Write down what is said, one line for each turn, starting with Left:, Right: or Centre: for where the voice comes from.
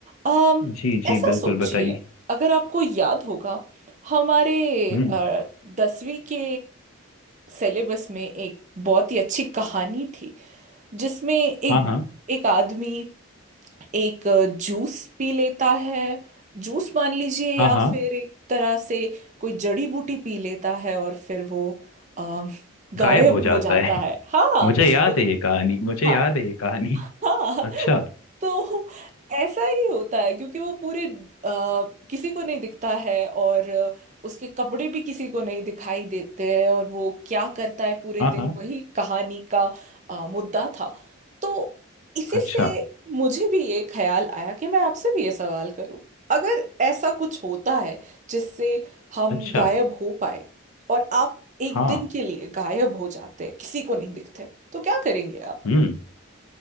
Right: अम,
Left: जी जी
Right: ऐसा
Left: बिल्कुल
Right: सोचिए
Left: बताइए
Right: अगर आपको याद होगा हमारे
Left: हम्म
Right: आ, दसवीं के सिलेबस में एक बहुत ही अच्छी कहानी थी जिसमें एक
Left: हाँ हाँ
Right: एक आदमी एक जूस पी लेता है जूस मान लीजिए
Left: हाँ
Right: या
Left: हाँ
Right: फिर एक तरह से कोई जड़ी बूटी पी लेता है और फिर वो अ, गायब
Left: गायब हो जाता
Right: हो जाता
Left: है
Right: है हाँ हाँ,
Left: मुझे
Right: बिल्कुल
Left: याद है ये कहानी मुझे
Right: हाँ
Left: याद है ये कहानी
Right: <laughs> हाँ
Left: अच्छा
Right: तो ऐसा ही होता है क्योंकि वो पूरे आ, किसी को नहीं दिखता है और अ, उसके कपड़े भी किसी को नहीं दिखाई देते हैं और वो क्या करता है पूरे
Left: हाँ
Right: दिन
Left: हाँ
Right: वही कहानी का अ, मुद्दा था तो इसी
Left: अच्छा
Right: से मुझे भी ये ख्याल आया कि मैं आपसे भी ये सवाल करूं अगर ऐसा कुछ होता है जिससे हम
Left: अच्छा
Right: गायब हो पाए और आप एक
Left: हाँ
Right: दिन के लिए गायब हो जाते हैं किसी को नहीं दिखते तो क्या करेंगे आप
Left: हम्म